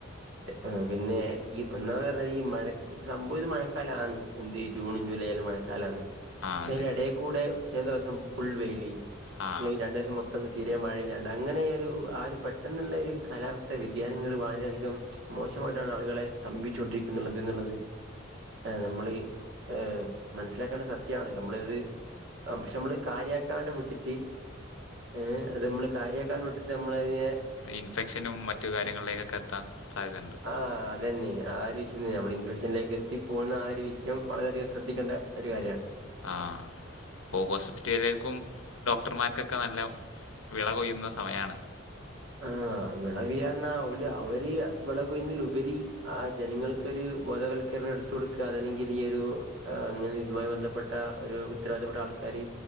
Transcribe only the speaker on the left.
ആ
അതെ
ആ
ഇൻഫെക്ഷനും മറ്റു കാര്യങ്ങളിലേക്കൊക്കെ എത്താൻ സാധ്യതയുണ്ട്
ആഹ ഇപ്പോൾ ഹോസ്പിറ്റലുകില്ക്കും ഡോക്ടർമാർക്കൊക്കെ നല്ല വിള കൊയ്യുന്ന സമയമാണ്